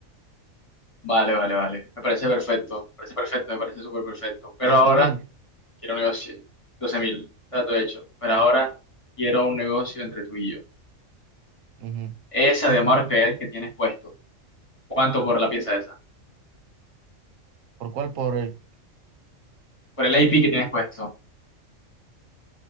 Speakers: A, on the left; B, on the right.
A: Vale, vale, vale. Me parece perfecto. Me parece perfecto, me parece súper perfecto. Pero
B: doce
A: ahora.
B: mil.
A: Quiero un negocio, 12 mil, trato hecho. Pero ahora quiero un negocio entre tú y yo.
B: Ujú.
A: Esa de amor que que tienes puesto. ¿Cuánto por la pieza esa?
B: ¿Por cuál? Por el.
A: Por el AP que tienes puesto.